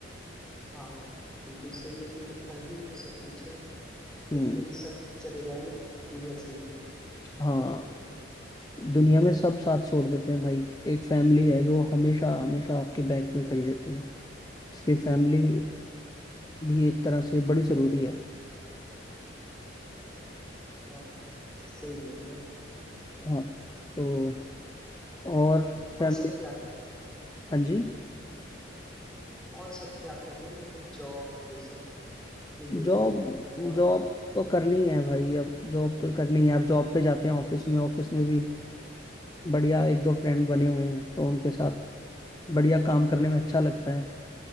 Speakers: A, in the centre; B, on the left (about 20°).
A: हाँ बिल्कुल सही है क्योंकि फैमिली तो सब कुछ है
B: हम्म
A: एक दिन सब चले जाएंगे एक बच्चे भी
B: हाँ
A: तो
B: दुनिया में सब साथ छोड़ देते हैं भाई एक फैमिली है जो हमेशा हमेशा आपके बैक में खड़ी रहती है इसलिए फैमिली भी एक तरह से बड़ी जरूरी है
A: हाँ सही बोल रहे हैं
B: हाँ तो और
A: और
B: फैमिली
A: सब क्या
B: हाँ जी
A: और सब क्या कर रहे हैं मतलब जॉब ये सब भी देखना
B: जॉब
A: है और
B: जॉब
A: आप
B: तो करनी है भाई अब जॉब तो करनी है अब जॉब पे जाते हैं ऑफिस में ऑफिस में भी बढ़िया एक दो फ्रेंड बने हुए हैं तो उनके साथ बढ़िया काम करने में अच्छा लगता है